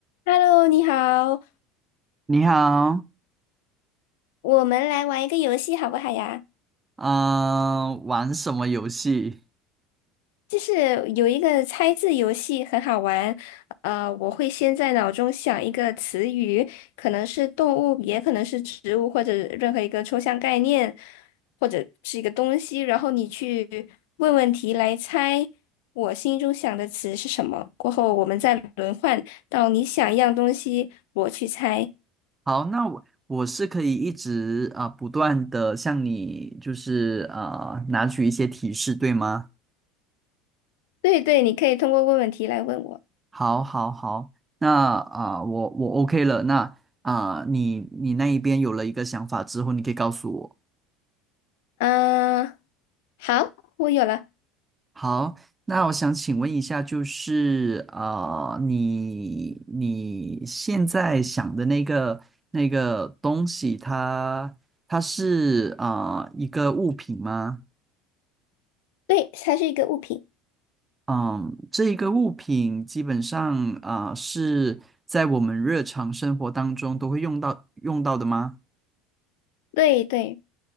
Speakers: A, on the left; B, on the right.
A: Hello，你好，
B: 你好，
A: 我们来玩一个游戏好不好呀？
B: 嗯、玩什么游戏？
A: 就是有一个猜字游戏很好玩，呃，我会先在脑中想一个词语，可能是动物，也可能是植物，或者任何一个抽象概念，或者是一个东西，然后你去问问题来猜我心中想的词是什么。过后我们再轮换到你想一样东西，我去猜。
B: 好，那我我是可以一直啊、呃不断的向你就是呃拿取一些提示，对吗？
A: 对对，你可以通过问问题来问我。
B: 好，好，好，那啊、呃我我 OK 了。那啊、呃你你那一边有了一个想法之后，你可以告诉我。
A: 嗯、好，我有了。
B: 好，那我想请问一下，就是呃，你你现在想的那个那个东西它，它是呃一个物品吗？
A: 对，它是一个物品。
B: 嗯，这一个物品基本上啊，呃是在我们日常生活当中都会用到用到的吗？
A: 对对，